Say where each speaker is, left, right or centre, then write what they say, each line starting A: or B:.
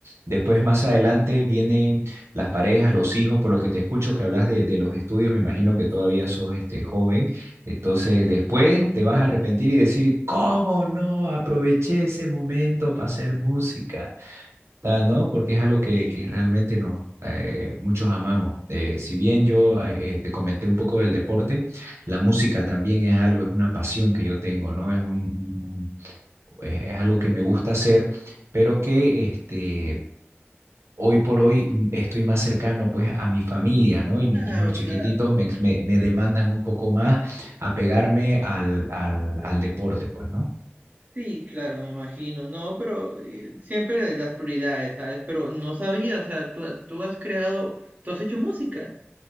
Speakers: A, on the right; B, on the right.
A: después más adelante vienen las parejas, los hijos, por lo que te escucho que hablas de, de los estudios, me imagino que todavía sos este joven, entonces después te vas a arrepentir y decir, ¿cómo no aproveché ese momento para hacer música? Ah, no, porque es algo que,
B: Sí,
A: que realmente nos, eh, muchos amamos. Eh, si bien yo eh, eh, te comenté un poco del deporte, la música también es algo, es una pasión que yo tengo, ¿no? Es un, un- un- es, es algo que me gusta hacer, pero que este, hoy por hoy mm, estoy más cercano pues a mi familia, ¿no? Y mis
B: claro,
A: hijos chiquititos
B: claro.
A: me, me, me demandan un poco más apegarme al, al, al deporte, pues, ¿no?
B: Sí, claro, me imagino. No, pero eh, siempre las prioridades, ¿sabes? Pero no sabía, o sea, tú, tú has creado, tú has hecho música.